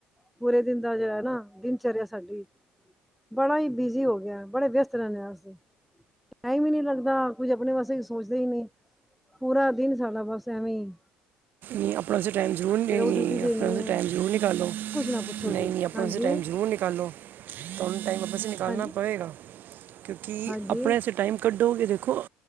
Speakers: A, in the centre; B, on the right.
A: ਪੂਰੇ ਦਿਨ ਦਾ ਜੋ ਐ ਨਾ, ਦਿਨਚਰਿਆ ਸਾਡੀ। ਬੜਾ ਈ ਬਿਜੀ ਹੋ ਗਿਆ। ਬੜੇ ਵਿਅਸਤ ਰੈਣੇ ਆਂ ਅਸੀਂ। ਟਾਈਮ ਈ ਨੀਂ ਲੱਗਦਾ। ਕੁੱਝ ਆਪਣੇ ਵਾਸਤੇ ਕ ਸੋਚਦੇ ਈ ਨੀਂ। ਪੂਰਾ ਦਿਨ ਸਾਡਾ ਬਸ ਐਵੇਂ ਈ
B: ਆਪਣੇ ਵਾਸਤੇ ਟਾਈਮ ਜ਼ਰੂਰੀ ਨਈਂ,
A: ਡਿਊਟੀ ਦੇਣੀ
B: ਆਪਣੇ ਵਾਸਤੇ
A: ਹੈ
B: ਟਾਈਮ ਜ਼ਰੂਰ ਨਿਕਾਲੋ।
A: ਕੁਛ ਨਾ ਪੁੱਛੋ
B: ਨਈ
A: ਜੀ
B: ਨਈਂ, ਆਪਣੇ
A: ਹਾਂਜੀ
B: ਵਾਸਤੇ ਟਾਈਮ ਜ਼ਰੂਰ ਨਿਕਾਲੋ। ਤੁਹਨੂੰ ਟਾਈਮ ਵਾਪਸ ਈ ਨਿਕਾਲਣਾ
A: ਹਾਂ
B: ਪੜੇਗਾ ਕਿਉਂਕਿ
A: ਹਾਂਜੀ
B: ਆਪਣੇ ਆਸ ਟਾਈਮ ਕੱਢੋਗੇ। ਦੇਖੋ